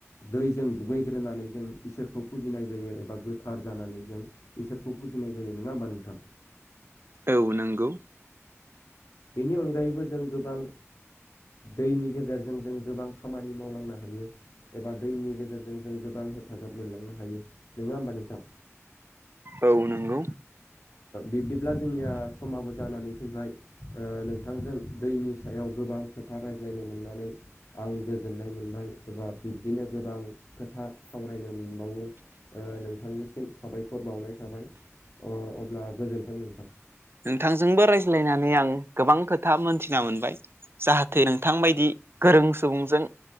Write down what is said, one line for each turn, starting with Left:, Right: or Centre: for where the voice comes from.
Left: दैजों दुगैग्रोनानै जों इसोरखौ फुजिनाय जायो एबा गोथार जानानै जों। इसोरखौ फुजिनाय जायो नोङा होमबा नोंथां।
Right: औ नोंगौ।
Left: बेनि अनगायैबो जों गोबां। दैनि गेजेरजों जों गोबां खामानि मावलांनो हायो। एबा दैनि गेजेरजों जों गोबां हे। हेफाजाब मोनलांनो हायो नोङा होमबा नोंथां। ओ
Right: औ नंगौ
Left: बिबब्दिब्ला जोंनिया समाबो जानानै फैबाय। ओ नोंथांजों दैनि सायाव गोबां खोथा रायज्लायनो मोननानै। आं गोजोननाय मोनबाय एबा बिब्दिनो गोबां खोथा सावरायनो मोनबावो। ओ नोंथांनिसिम साबायखर बावनाय थाबाय अ अब्ला गोजोन्थों नोंथां।
Right: नोंथांजोंबो रायज्लायनानै आं गोबां खोथा मोनथिना मोनबाय। जाहाथे नोंथांबायदि गोरों सुबुंजों।